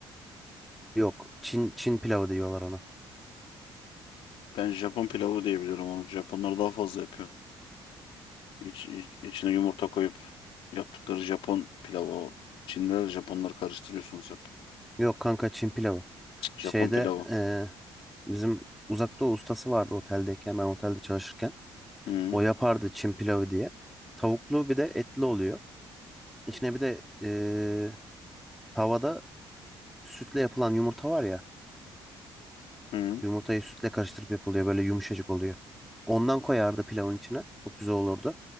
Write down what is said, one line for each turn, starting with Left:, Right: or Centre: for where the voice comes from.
Centre: yok. Çin Çin pilavı diyorlar ona.
Left: ben Japon pilavı diye biliyorum onu. Japonlar daha fazla yapıyor. İç, iç- içine yumurta koyup yaptıkları Japon pilavı o. Çinliler Japonları karıştırıyorsunuz hep.
Centre: Yok kanka Çin pilavı.
Left: Japon
Centre: Şeyde
Left: pilavı.
Centre: eee, bizim uzak doğu ustası vardı oteldeyken ben otelde çalışırken.
Left: Hı
Centre: O yapardı Çin pilavı diye. Tavuklu bir de etli oluyor. İçine bir de eee, tavada sütle yapılan yumurta var ya.
Left: hı.
Centre: Yumurtayı sütle karıştırıp yapılıyor böyle yumuşacık oluyor. Ondan koyardı pilavın içine. Çok güzel olurdu.